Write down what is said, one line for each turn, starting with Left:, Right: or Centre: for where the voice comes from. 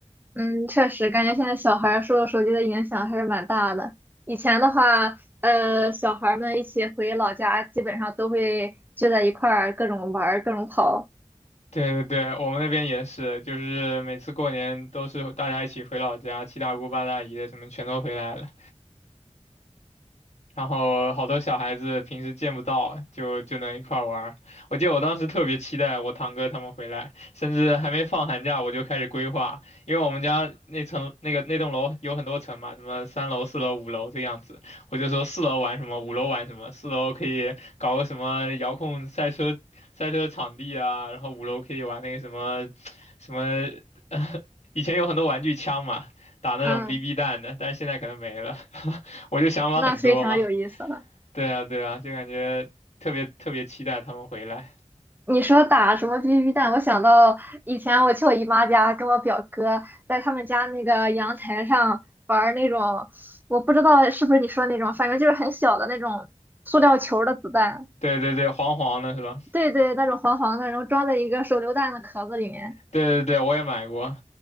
Right: 嗯，确实，感觉现在小孩儿受手机的影响还是蛮大的。以前的话，呃，小孩儿们一起回老家，基本上都会聚在一块儿，各种玩儿，各种跑。
Left: 对对对，我们那边也是，就是每次过年都是大家一起回老家，七大姑八大姨的什么全都回来了。然后好多小孩子平时见不到，就就能一块儿玩儿我记得我当时特别期待我堂哥他们回来，甚至还没放寒假我就开始规划，因为我们家那层那个那栋楼有很多层嘛，什么三楼、四楼、五楼这样子。我就说四楼玩什么，五楼玩什么，四楼可以搞个什么遥控赛车赛车场地啊，然后五楼可以玩那个什么什么，<laughs> 以前有很多玩具枪嘛，打那种
Right: 嗯，
Left: BB 弹的，但是现在可能没了。<laughs> 我就想法很多嘛。
Right: 那非常有意思了。
Left: 对啊，对啊，就感觉特别特别期待他们回来。
Right: 你说打什么 BB 弹，我想到以前我去我姨妈家，跟我表哥在他们家那个阳台上玩儿那种，我不知道是不是你说那种，反正就是很小的那种塑料球儿的子弹。
Left: 对对对，黄黄的是吧？
Right: 对对，那种黄黄的，然后装在一个手榴弹的壳子里面。
Left: 对对对，我也买过，